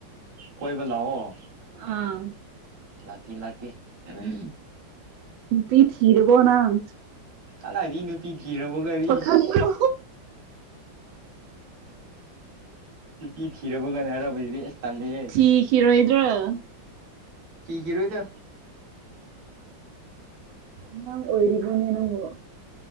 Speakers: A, on the right; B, on the right.
A: ꯀꯣꯏꯕ ꯂꯥꯛꯑꯣ
B: ꯑꯥ
A: ꯂꯥꯛꯀꯤ ꯂꯥꯛꯀꯦ ꯎꯝ
B: ꯅꯨꯄꯤ ꯊꯤꯔꯕꯣ ꯅꯪ
A: ꯀꯗꯥꯏꯗꯒꯤ ꯅꯨꯄꯤ ꯊꯤꯔꯕꯀꯔꯤ
B: ꯄꯥꯈꯪꯔꯣ
A: ꯏꯁ ꯅꯨꯄꯤ ꯊꯤꯔꯕꯒꯅ ꯍꯥꯏꯔꯕꯁꯤꯗꯤ ꯑꯁ ꯇꯥꯜꯂꯤꯍꯦ
B: ꯊꯤꯈꯤꯔꯣꯏꯗ꯭ꯔꯣ
A: ꯊꯤꯈꯤꯔꯣꯏꯗ
B: <unintelligible>